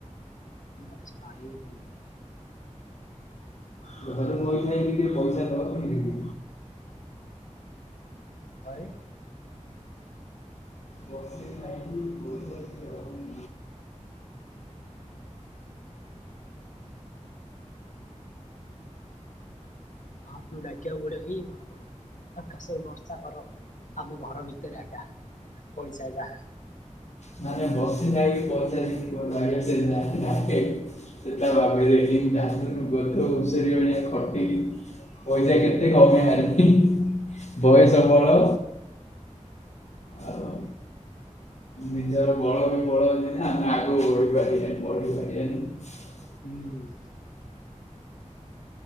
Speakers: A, on the left; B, on the left.
A: ରେ ସ <unintelligible>
B: ଘରେ ବଇଥାଇକି ଟିକେ ପଇସା ଦବ ମିଳିବି।
A: ଘରେ
B: ବସି ଖାଇକି ପଇସା ଟିକେ ରହୁନି।
A: ମହାପଭ ଡାକ ବଡ ହେଇ ମହାପଭୁ ଆକାଶ ବର୍ଷା କର ଆମ ଘର ଭିତରେ ଆଗା ପଇସା ଯା
B: ନାନେ ବସି ଖାଇକି ପହଚାରିକି କଣ ସେ <unintelligible> ଡାରୁ ଗୋଧଷରୀ ଭଳିଆ ଖଟିକି ପଇସା କେତେ କମ ହେନ ବୟସ ବଳ ଆଉ ନିଜର ବଳ ବି ବଳ ଅଛି ନା ଆମେ ଆଗକୁ <unintelligible>
A: ହୁଁ।